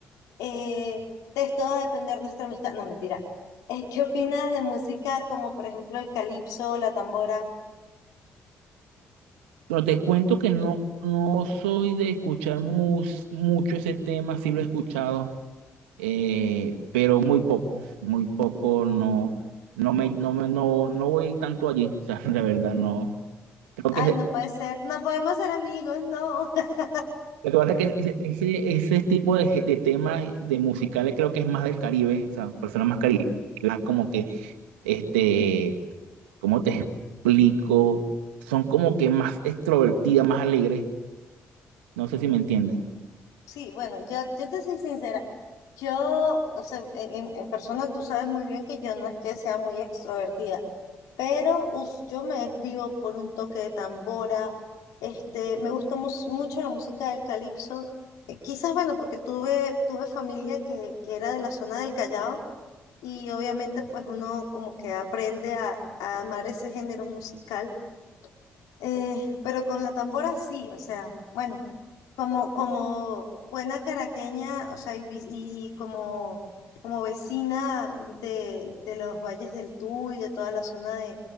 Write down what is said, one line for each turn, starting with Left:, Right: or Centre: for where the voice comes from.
Left: eh, de esto va a depender nuestra amistad. No, mentira. Eh, ¿qué opinas de música como por ejemplo el calipso, la tambora?
Right: Bueno te cuento que no, no soy de escuchar mus- mucho ese tema, sí lo he escuchado, eh, pero muy poco, muy poco, no, no me, no me, no, no voy tanto allí, <laughs> o sea, la verdad, no. Creo
Left: Ay,
Right: que,
Left: no puede ser, no podemos ser amigos, no. <laughs>
Right: Lo que pasa es que ese, ese, ese tipo de, je- de temas de musicales creo que es más del Caribe, o sea, personas más caribeñas, como que, este, ¿cómo te explico? Son como que más extrovertidas, más alegres, no sé si me entiendes.
Left: Sí, bueno, yo, yo te soy sincera. Yo, o sea, en, en- en persona tú sabes muy bien que yo no es que sea muy extrovertida, pero uf, yo me desvivo por un toque de tambora, este, me gusta mus- mucho la música del calipso, eh, quizás, bueno, porque tuve, tuve familia que, que era de la zona del Callao y obviamente pues uno como que aprende a, a amar ese género musical, eh, pero con la tambora sí, o sea, bueno. Como, como buena caraqueña, o sea, y, vi- y como, como vecina de, de los valles del Tuy, de toda la zona de,